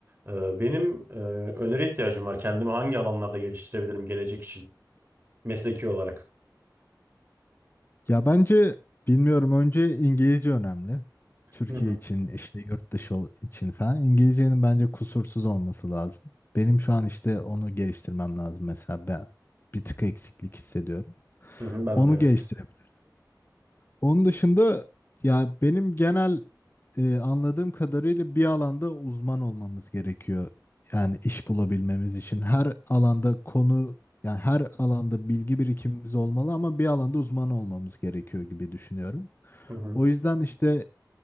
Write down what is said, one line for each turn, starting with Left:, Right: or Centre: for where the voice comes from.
Right: Ee, benim e, öneri ihtiyacım var. Kendimi hangi alanlarda geliştirebilirim gelecek için mesleki olarak?
Left: Ya bence bilmiyorum önce İngilizce önemli. Türkiye
Right: Hı hı.
Left: için işte yurt dışı ol- için falan. İngilizcenin bence kusursuz olması lazım. Benim şu an işte onu geliştirmem lazım mesela ben bir tık eksiklik hissediyorum.
Right: Hı hı, ben
Left: Onu
Right: de evet.
Left: geliştirebilirim. Onun dışında ya benim genel e, anladığım kadarıyla bir alanda uzman olmamız gerekiyor. Yani iş bulabilmemiz için her alanda konu yani her alanda bilgi birikimimiz olmalı ama bir alanda uzman olmamız gerekiyor gibi düşünüyorum.
Right: Hı hı.
Left: O yüzden işte